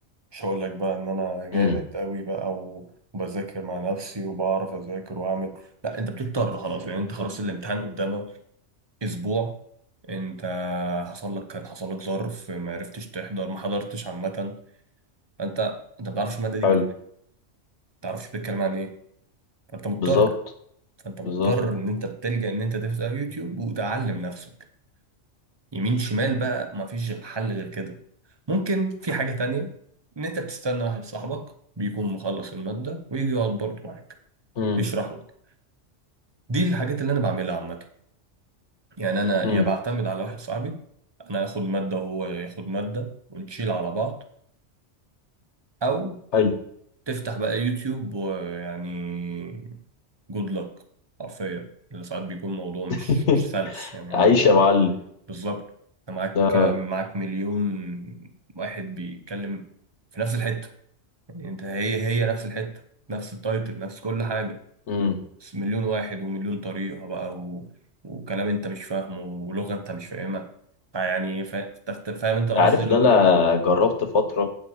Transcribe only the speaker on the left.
امم
حلو
بالظبط
بالظبط
امم
امم
حلو
<laughs>
عايش
يا معلم
ده
امم
انت
عارف
ان
انا
جربت فتره